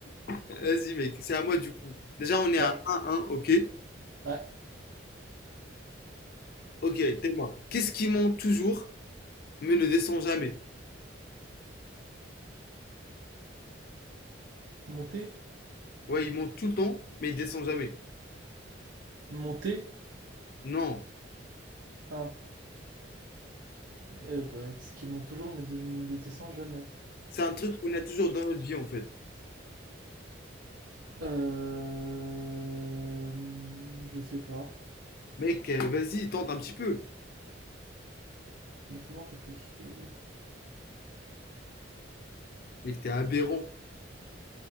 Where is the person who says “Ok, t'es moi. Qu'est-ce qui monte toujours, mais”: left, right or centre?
Left